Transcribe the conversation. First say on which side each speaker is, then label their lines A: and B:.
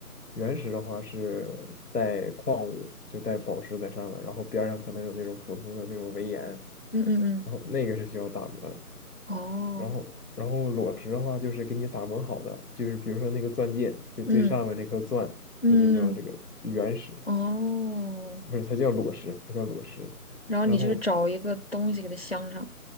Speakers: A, on the left; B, on the left.
A: 原石的话是带矿物，就带宝石在上面，然后边儿上可能有那种普通的那种围岩。
B: 嗯嗯嗯，
A: 然后那个是需要打磨的，
B: 哦，
A: 然后然后裸石的话就是给你打磨好的，就是比如说那个钻戒，就最上面那颗钻，
B: 嗯嗯，
A: 它就叫这个原石，
B: 哦，
A: 不是它叫裸石，它叫裸石。
B: 然后你就是找一个东西给它镶上，
A: 然后